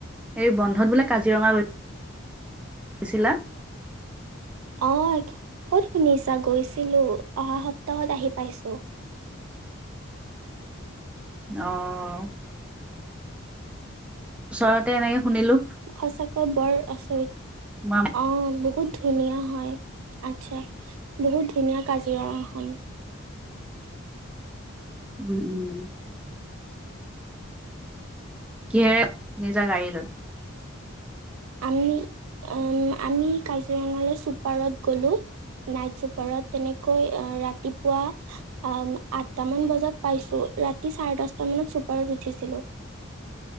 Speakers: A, in the centre; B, on the right (about 80°).
A: এই বন্ধত বোলে, কাজিৰঙা গছিলা?
B: অ', ক'ত শুনিছা গৈছিলো। অহা সপ্তাহত আহি পাইছো।
A: অ', ওচৰতে এনেকে শুনিলো।
B: সঁচাকৈ বৰ আচৰিত
A: মাম
B: অ', বহুত ধুনীয়া হয়। আচ্ছা বহুত ধুনীয়া কাজিৰঙাখন।
A: উম', উম, কিহেৰে নিজা গাড়ী লৈ
B: আমি <unintelligible> আমি কাজিৰঙালৈ চুপাৰত গলো। নাইট চুপাৰত তেনেকৈ ৰাতিপুৱা অ', আঠটামান বজাত পাইছোঁ ৰাতি চাৰে দহটামানত ছুপাৰত উঠিছিলো।